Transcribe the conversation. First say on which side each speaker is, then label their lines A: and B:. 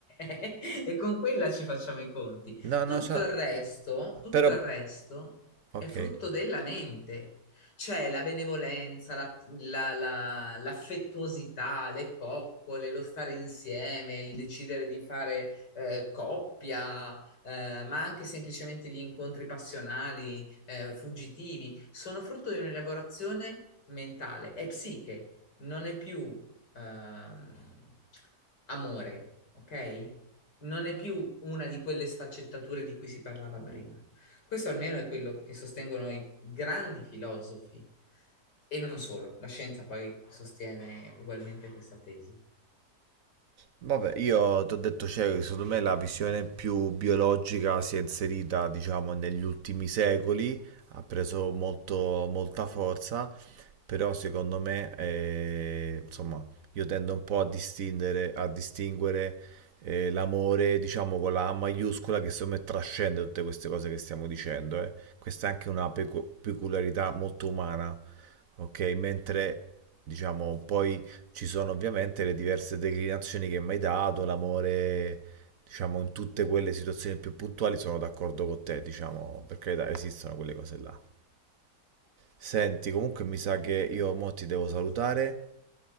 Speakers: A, on the left (about 80°); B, on the right (about 60°).
A: e con quella ci facciamo i conti.
B: no,
A: Tutto
B: no, c'è,
A: il resto, tutto
B: però,
A: il resto
B: ok.
A: è frutto della mente. Cioè la benevolenza, la- la- la- l'affettuosità, le coccole, lo stare insieme, il decidere di fare eh, coppia, eh, ma anche semplicemente gli incontri passionali, eh, fuggitivi, sono frutto di un'elaborazione mentale, è psiche, non è più ehm, amore, ok? Non è più una di quelle sfaccettature di cui si parlava prima. Questo almeno è quello che sostengono i i grandi filosofi. E non solo, la scienza poi sostiene ugualmente questa tesi.
B: Vabbè, io ti ho detto, cioè, secondo me la visione più biologica si è inserita, diciamo, negli ultimi secoli, ha preso molto, molta forza, però secondo me, eh, insomma, io tendo un po' a distinguere, a distinguere eh, l'amore, diciamo, con la A maiuscola, che secondo me trascende tutte queste cose che stiamo dicendo, eh. Questa è anche una pecu- peculiarità molto umana, ok? Mentre, diciamo, poi ci sono ovviamente le diverse declinazioni che mi hai dato, l'amore, diciamo, in tutte quelle situazioni più puntuali sono d'accordo con te, diciamo, per carità, esistono quelle cose là. Senti, comunque mi sa che io mo ti devo salutare